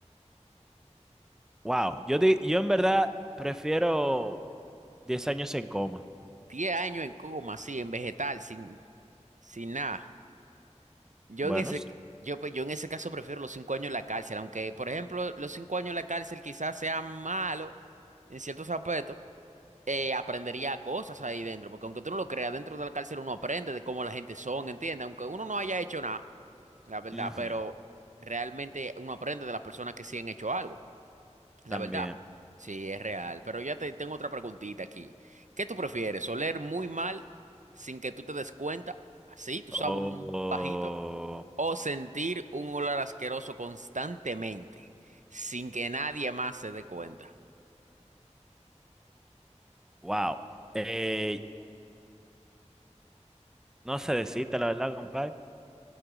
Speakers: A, in the centre; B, on the right (about 85°).
A: Wow, yo, di- yo en verdad prefiero 10 años en coma.
B: Diez años en coma, sí, en vegetal, sin, sin nada. Yo
A: Bueno,
B: en ese,
A: sí.
B: yo, pues, yo en ese caso prefiero los cinco años en la cárcel, aunque, por ejemplo, los cinco años en la cárcel quizás sean malos en ciertos aspectos. eh, aprendería cosas ahí dentro, porque aunque tú no lo creas, dentro de la cárcel uno aprende de cómo la gente son, ¿entiendes? Aunque uno no haya hecho nada, la verdad,
A: Ujú,
B: pero realmente uno aprende de las personas que sí han hecho algo, la
A: También.
B: verdad. Sí, es real. Pero ya te tengo otra preguntita aquí. ¿Qué tú prefieres? ¿Oler muy mal sin que tú te des cuenta? Así, tú
A: Oh,
B: sabes, un bajito. ¿O sentir un olor asqueroso constantemente sin que nadie más se dé cuenta?
A: wow. Eh, no sé decirte la verdad, compadre.